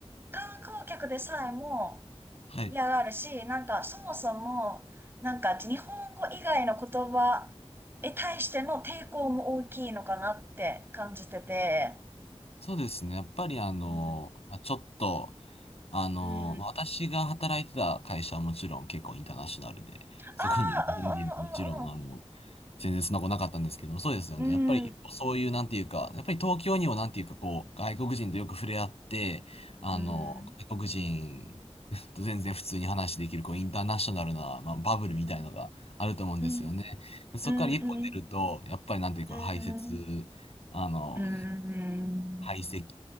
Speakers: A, on the right; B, on the left.
A: 観光客でさえも
B: はい。
A: 嫌がるし、なんかそもそも、なんか日本語以外の言葉に対しての抵抗も大きいのかなって感じてて、
B: そうですね。やっぱりあの、
A: うん
B: まあ、ちょっと、あの、
A: うん。
B: まあ私が働いてた会社はもちろん結構インターナショナルで、そこにいる日本人ももちろん、
A: ああ、
B: あの、全然そんなことなかったんですけども、そうですよね。
A: うんうん
B: やっぱりそういう、なんていうか、やっぱり東京にもなんていうか、こう、外国人とよく触れ合って、あの、
A: うんうん。
B: 外国人と全然普通に話できる、こう、インターナショナルな、まあ、バブルみたいのがあると思うんですよね。
A: うん。うん。
B: でそこから一歩出ると、
A: うん。うん。
B: やっぱりなんていうか、
A: うん。
B: 排泄、あの、
A: うん。
B: 排斥